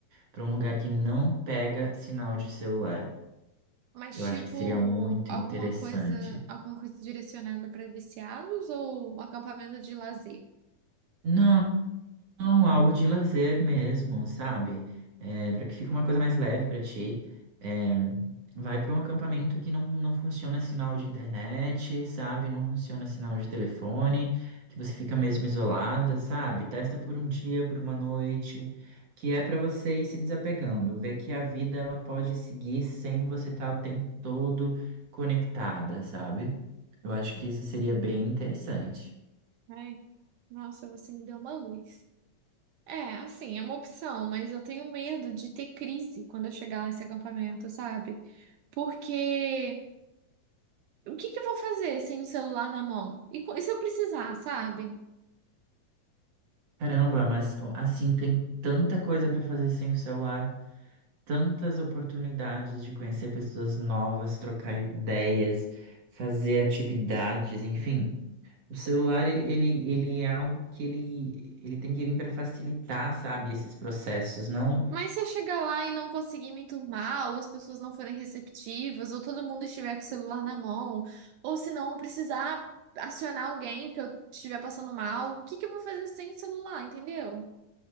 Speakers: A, on the right; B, on the right.
A: para um lugar que não pega sinal de celular?
B: Mas
A: Eu acho
B: tipo
A: que seria muito
B: alguma
A: interessante.
B: coisa, alguma coisa direcionada para viciados ou um acampamento de lazer?
A: Não. Não, algo de lazer mesmo, sabe? É, para que fique uma coisa mais leve para ti. É, vai para um acampamento que não, não funciona sinal de internet, sabe? Não funciona sinal de telefone, que você fica mesmo isolada, sabe? Testa por um dia, por uma noite, que é para você ir se desapegando, ver que a vida ela pode seguir sem você estar o tempo todo conectada, sabe? Eu acho que isso seria bem interessante.
B: Ai, nossa, você me deu uma luz. É, assim, é uma opção, mas eu tenho medo de ter crise quando eu chegar lá nesse acampamento, sabe? Porque O que que eu vou fazer sem o celular na mão? E, co- e se eu precisar, sabe?
A: Caramba, mas ó, assim tem tanta coisa para fazer sem o celular, tantas oportunidades de conhecer pessoas novas, trocar ideias, fazer atividades, enfim. O celular ele, ele, ele é algo que ele, ele tem que vir para facilitar, sabe, esses processos, não
B: Mas se eu chegar lá e não conseguir me enturmar, ou as pessoas não forem receptivas, ou todo mundo estiver com o celular na mão, ou se não eu precisar acionar alguém porque eu estiver passando mal, o que que eu vou fazer sem o celular, entendeu?